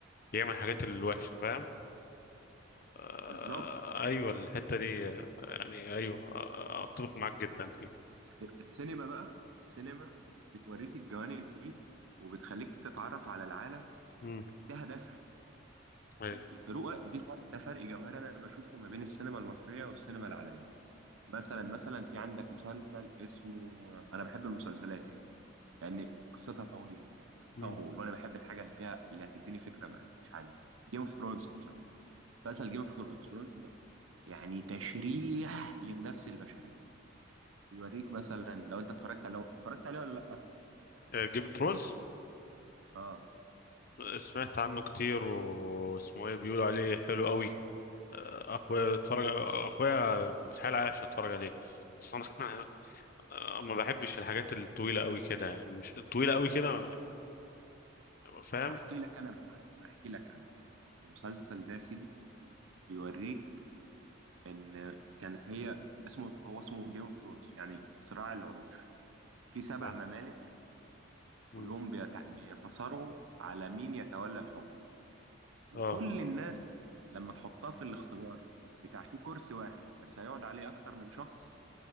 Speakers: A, on the left; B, on the right.
A: يعمل حاجات الوحشه فاهم آه،
B: بالظبط
A: ايوه الحته دي آه، يعني ايوه آه، اتفق معاك جدا فيها
B: الس- السينما بقى السينما بت- بتوريك الجوانب دي وبتخليك تتعرف على العالم
A: امم
B: ده هدفها
A: ايوه
B: الفروقه دي ف- ده فرق جوهري انا بشوفه ما بين السينما المصريه والسينما العالميه مثلا مثلا في عندك مسلسل اسمه انا بحب المسلسلات يعني لان قصتها طويله بتطول
A: امم
B: وانا بحب الحاجه اللي فيها اللي هتديني فكره مع مش عندي جيم اوف ثرونز مثلا مسلسل جيم اوف ثرونز ده يعني تشريح للنفس البشريه بيوريك مثلا لو انت اتفرجت لو اتفرجت عليه ولا لا
A: جيم اوف ثرونز
B: اه
A: سمعت عنه كتير واسمه ايه بيقولوا عليه حلو قوي آه، اخويا اتفرج اخويا بيتحايل عليا عشان اتفرج عليه بس انا <laughs> آه، ما بحبش الحاجات الطويله قوي كده يعني مش طويله قوي كده فاهم
B: احكي لك انا بقى عنه احكي لك عنه المسلسل ده يا سيدي بيوريك ان كانت هي اسمه هو اسمه جيم اوف ثرونز يعني صراع العروش في سبع
A: أيوة.
B: ممالك
A: مم.
B: كلهم بيت- بيتصارعوا على مين يتولى الحكم وكل
A: اه
B: الناس لما تحطها في الاختبار بتاع في كرسي واحد بس هيقعد عليه اكتر من شخص